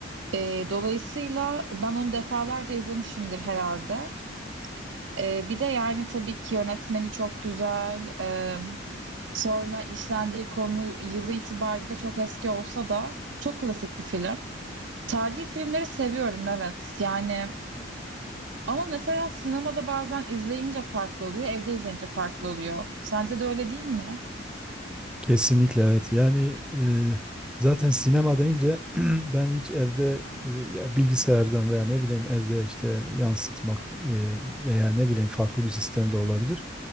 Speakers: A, on the right (about 70°); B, in the centre.
A: E, dolayısıyla ben onu defalarca izlemişimdir herhalde. E, bir de yani tabii ki yönetmeni çok güzel. E, sonra işlendiği konu yılı itibariyle çok eski olsa da çok klasik bir film. Tarihi filmleri seviyorum evet. Yani ama mesela sinemada bazen izleyince farklı oluyor, evde izleyince farklı oluyor. Sence de öyle değil mi?
B: Kesinlikle evet. Yani e, zaten sinema deyince <clears throat> ben hiç evde e, ya bilgisayardan veya ne bileyim evde işte yansıtmak e, veya ne bileyim farklı bir sistemde olabilir.